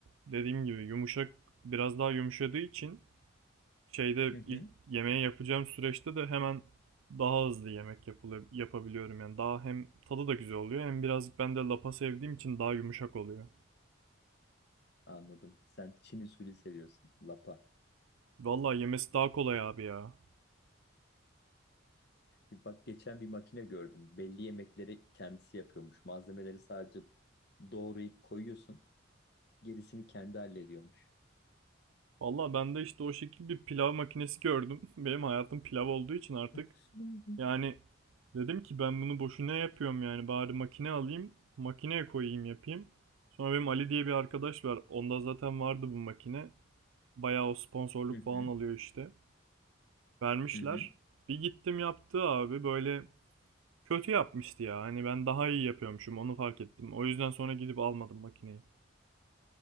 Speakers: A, on the right (about 80°); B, on the left (about 50°).
A: dediğim gibi yumuşak biraz daha yumuşadığı için şeyde
B: Hı hı.
A: ilk yemeği yapacağım süreçte de hemen daha hızlı yemek yapılıyor, yapabiliyorum. Yani daha hem tadı da güzel oluyor hem birazcık ben de lapa sevdiğim için daha yumuşak oluyor.
B: Anladım. Sen Çin usulü seviyorsun. Lapa.
A: Vallahi yemesi daha kolay abi ya.
B: Bak geçen bir makine gördüm. Belli yemekleri kendisi yapıyormuş. Malzemeleri sadece doğrayıp koyuyorsun. Gerisini kendi hallediyormuş.
A: Vallahi ben de işte o şekil bir pilav makinesi gördüm. <laughs> Benim hayatım pilav olduğu için artık.
B: Hı hı.
A: Yani dedim ki ben bunu boşuna yapıyorum yani bari makine alayım, makineye koyayım yapayım. Sonra benim Ali diye bir arkadaş var. Onda zaten vardı bu makine. Bayağı o sponsorluk
B: Hı
A: falan
B: hı.
A: alıyor işte. Vermişler.
B: Hı hı.
A: Bir gittim yaptı abi böyle kötü yapmıştı ya. Hani ben daha iyi yapıyormuşum onu fark ettim. O yüzden sonra gidip almadım makineyi.